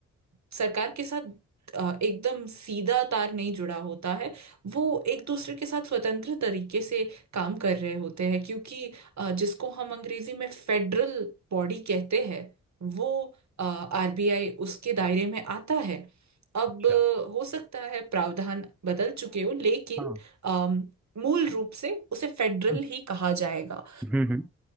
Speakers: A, on the right; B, in the centre.
A: सरकार के साथ अ, एकदम सीधा तार नहीं जुड़ा होता है वो एक दूसरे के साथ स्वतंत्र तरीके से काम कर रहे होते हैं क्योंकि अ, जिसको हम अंग्रेजी में फेडरल बॉडी कहते हैं वो आरबीआई उसके दायरे में आता है अब
B: अच्छा
A: अ, हो सकता है प्रावधान बदल चुके हो लेकिन
B: हाँ
A: अम, मूल रूप से उसे फेडरल
B: हम्म,
A: ही कहा जाएगा
B: हम्म हम्म,